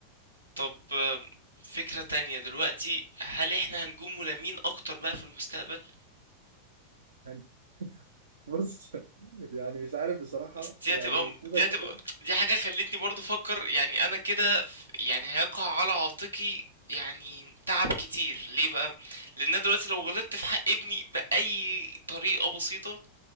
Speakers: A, on the right; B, on the right.
A: طب آه، فكرة تانية دلوقتي هل احنا هنكون ملامين اكتر بقى في المستقبل
B: يعني <laughs> بص يعني مش عارف بصراحه
A: بس دي
B: يعني
A: هتبقى
B: كده
A: دي هتبقى
B: كده
A: دي حاجة خلتني برضو افكر يعني انا كده ف- يعني هيقع على عاتقي يعني تعب كتير ليه بقى لان أنا دلوقتي لو غلطت في حق ابني باي طريقة بسيطة